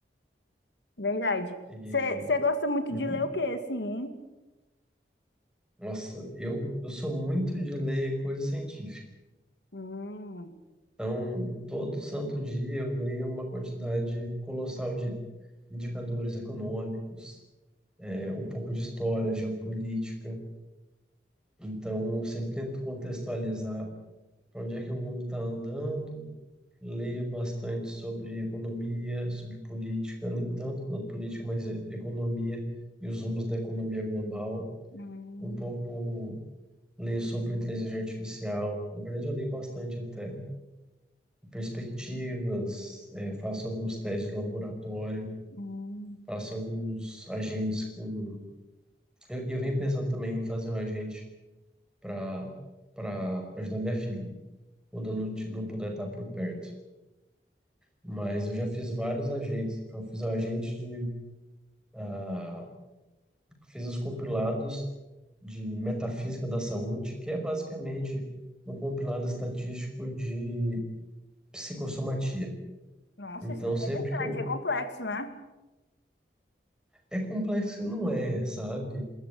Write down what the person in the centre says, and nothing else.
E,
uhum.
Nossa, eu, eu sou muito de ler coisa científica.
Então, todo santo dia eu leio uma quantidade colossal de indicadores econômicos, é, um pouco de história, geopolítica. Então, eu sempre tento contextualizar para onde é que o mundo está andando, Leio bastante sobre economia, sobre política, nem tanto na política, mas e- economia e os rumos da economia global.
Um pouco leio sobre inteligência artificial. Na verdade, eu leio bastante até perspectivas, eh, faço alguns testes de laboratório,
faço alguns agentes com. Eu, eu venho pensando também em fazer um agente para para ajudar minha filha, quando eu não, ti- não puder estar por perto. Mas eu já fiz vários agentes. Eu fiz um agente de ah, fiz os compilados de Metafísica da Saúde, que é basicamente um compilado estatístico de psicossomatia.
Então,
sempre que eu.
É complexo e não é, sabe?